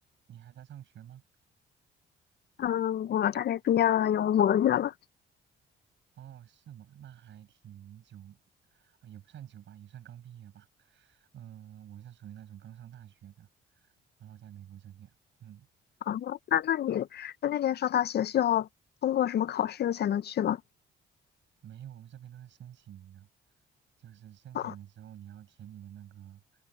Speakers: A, on the right; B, on the left.
A: 你还在上学吗？
B: 嗯，我大概毕业了有五个月了。
A: 哦，是吗？那还挺久，呃也不算久吧，也算刚毕业吧。嗯、我是属于那种刚上大学的，然后在美国这边，嗯，
B: 啊，那那你在那边上大学需要通过什么考试才能去吗？
A: 没有，我们这边都是申请的，就是申请的时候你要填你的那个
B: 啊